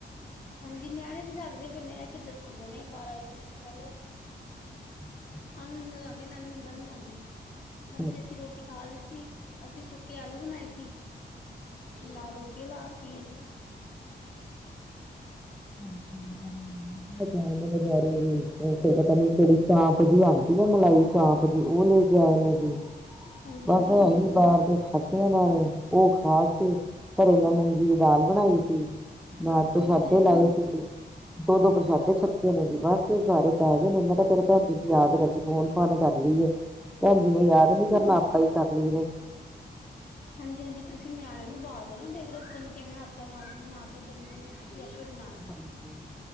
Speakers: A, on the left; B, in the centre.
A: ਹਾਂਜੀ ਨਿਆਣੇ ਤੇ ਜਾਗਦੇ ਪੈਂਦੇ ਆ ਕਿੱਦਰ ਸੁਣਦੇ ਨੇ ਬਾਰਾਂ ਇੱਕ ਵਜੇ ਤੋਂ ਪਹਿਲੇ।
B: ਹੂੰ।
A: ਸਾਨੂੰ ਨਿੰਦਰ ਆਉਂਦੀ ਹੈ, ਇਹਨਾਂ ਨੂੰ ਨਿੰਦਰ ਨੀ ਆਉਂਦੀ। ਹਾਂਜੀ
B: ਅੱਛਾ
A: ਅਸੀਂ ਰੋਟੀ ਖਾ ਲਿੱਤੀ, ਅਸੀਂ ਸੁੱਕੇ ਆਲੂ ਬਣਾਏ ਸੀ। ਨਾਲ ਰੋਟੀਆਂ ਲਾ ਦਿੱਤੀਆਂ ਹੈ।
B: ਹੂੰ ਆ ਬਜ਼ਾਰ ਵੀ ਪਤਾ ਨੀ, ਕਿਹੜੀ ਚਾਂਪ ਦੀ ਆਉਂਦੀ ਹੈ। ਜਿਵੇਂ ਮਲਾਈ ਚਾਂਪ। ਉਹ ਲੈ ਕੇ ਆਏ ਨੇ ਜੀ
A: ਹਾਂਜੀ
B: ਬਸ
A: ਹਾਂਜੀ
B: ਅਸੀਂ ਬਾਹਰ ਦੇ ਖਾਂਦਿਆਂ ਇਹਨਾਂ ਨੇ। ਉਹ ਖਾ ਕੇ ਘਰੇ ਮੈਂ ਮੂੰਗੀ ਦੀ ਦਾਲ ਬਣਾਈ ਸੀ ਨਾਲ।
A: ਹਾਂਜੀ ਹਾਂਜੀ ਹਾਂਜੀ
B: ਪ੍ਰਸ਼ਾਦੇ ਲਾਏ ਸੀ ਜੀ ਦੋ ਦੋ ਪ੍ਰਸ਼ਾਦੇ ਛਕ ਗਏ ਨੇ ਜੀ ਬਸ ਸਾਰੇ। ਮੈਂ ਕਿਹਾ, ਉਹਨਾ ਚਿਰ ਭੈਣ ਜੀ ਨੂੰ ਯਾਦ ਕਰ ਲਈਆ ਫੋਨ ਫਾਨ ਕਰ ਲਈਏ ਭੈਣ ਜੀ ਨੇ ਯਾਦ ਨੀ ਕਰਨਾ। ਅਸੀਂ ਪਰਲੀ ਜਗਾਂ 'ਚ।
A: ਹਾਂਜੀ-ਹਾਂਜੀ ਤੁਸੀਂ ਨਿਆਣਿਆਂ ਨੂੰ ਬਹਾ ਦੋ ਨਾ ਦੇਖਲੋ, ਪਤਾ ਨਹੀਂ ਕਿਵੇਂ ਹੱਥਾਂ ਨਾਲ ਬਣਾ ਕੇ ਦਿੰਦੇ ਨੇ। ਅਸੀਂ ਆਪੇ ਬਣਾ।
B: ਹਾਂਜੀ।